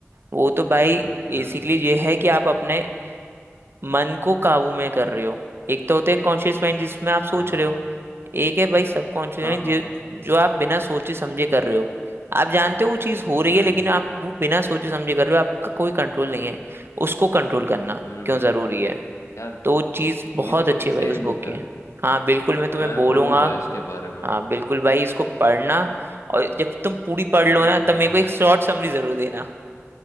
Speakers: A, on the right; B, on the left.
A: वो तो भाई
B: हम्म
A: बेसिकली
B: हम्म
A: ये है कि आप अपने मन को काबू में कर रहे हो एक तो होता है कॉन्शियस माइंड जिसमें आप
B: हाँ
A: सोच रहे हो एक है भाई सबकॉन्शियस
B: हाँ
A: माइंड
B: हाँ
A: जो
B: हाँ
A: जो आप बिना सोचे समझे कर रहे हो आप जानते हो वो चीज़ हो रही
B: हम्म
A: है लेकिन
B: हम्म
A: आप वो बिना सोचे समझे कर रहे हो आपका कोई कंट्रोल नहीं है उसको कंट्रोल करना
B: हम्म
A: क्यों ज़रूरी है
B: यार
A: तो वो चीज़ बहुत
B: ये तो काफी
A: अच्छी है
B: सही
A: भाई उस
B: बुक
A: बुक की
B: है
A: हाँ बिल्कुल मैं तुम्हें
B: मैं
A: बोलूंगा
B: पढ़ूंगा इसके बारे में
A: हाँ बिल्कुल भाई इसको पढ़ना और जब तुम पूरी पढ़ लो
B: हम्म
A: ना
B: हम्म,
A: तब मेरे को एक शॉर्ट समरी जरूर देना